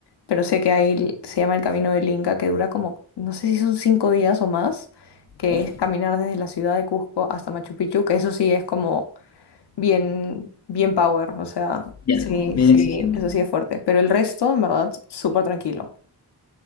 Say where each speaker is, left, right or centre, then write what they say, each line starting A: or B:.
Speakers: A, on the left; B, on the left.
A: pero sé que ahí se llama el Camino del Inca, que dura como, no sé si son cinco días o más, que
B: Oh,
A: es caminar desde la ciudad de Cusco hasta Machu Picchu, que eso sí es como bien, bien power, o sea,
B: ya.
A: sí,
B: Bien
A: sí,
B: exigente.
A: eso sí es fuerte, pero el resto, en verdad, súper tranquilo.